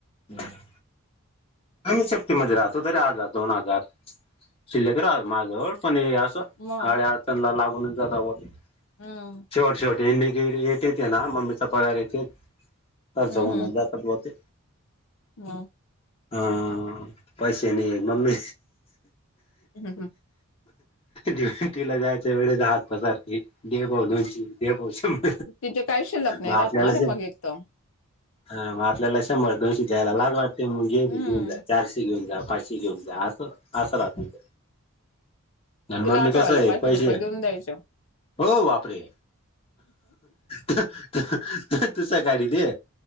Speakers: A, on the left; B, on the left.
A: हम्म आम्ही सेफ्टीमध्ये राहतो तरी हाजार, दोन हजार शिल्लक राहता माझ्याजलळ‌. पण हे अस अडी
B: मग
A: अडचणला लागूनच जाता बुवा ते.
B: हम्म
A: शेवट शेवट हेडिके येते ते ना मम्मीचा पगार येते. खर्च
B: हम्म
A: होऊन
B: हम्म
A: जातात बवा ते.
B: <unintelligible>
A: हम्म पैसे नहीये मम्मी
B: हम्म हम्म.
A: दिवटीला जायच्या वेळेस हात पसरते. दे भाऊ दोनशे. दे भाऊ शंभर.
B: तिचेे काही शिल्लक नाही
A: मग आपल्याला
B: राहतणारे
A: शं
B: मग एक तर
A: हा मग आपल्याला शंभर दोनशे द्यायला लाज वाटते. मग हे घेऊन
B: हम्म.
A: जा चारशे घेऊन जा. पाचशे हे घेऊन जा. आस आस राहत. आणि
B: तिला
A: मम्मी
B: आठवड्याला
A: कस आहे
B: पाचशे
A: पैसे
B: रुपये देऊन द्यायचे.
A: हो बापरे तु सकाळी दे